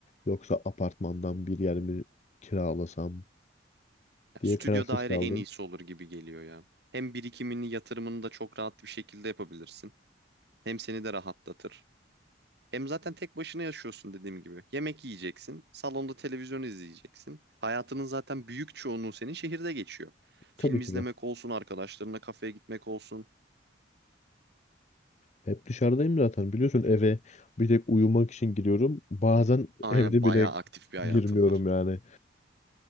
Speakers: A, on the left (about 35°); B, on the right (about 55°).
A: yoksa apartmandan bir yer mi kiralasam
B: Ya,
A: diye
B: stüdyo
A: kararsız
B: daire
A: kaldım.
B: en iyisi olur gibi geliyor ya. Hem birikimini, yatırımını da çok rahat bir şekilde yapabilirsin. Hem seni de rahatlatır. Hem zaten tek başına yaşıyorsun dediğim gibi. Yemek yiyeceksin, salonda televizyon izleyeceksin. Hayatının zaten büyük çoğunluğu senin şehirde geçiyor. Film
A: Tabii
B: izlemek
A: ki de.
B: olsun, arkadaşlarına kafeye gitmek olsun.
A: Hep dışarıdayım zaten biliyorsun eve bir tek uyumak için giriyorum. Bazen <laughs>
B: Aynen
A: evde
B: bayağı
A: bile
B: aktif bir hayatım
A: girmiyorum
B: var.
A: yani.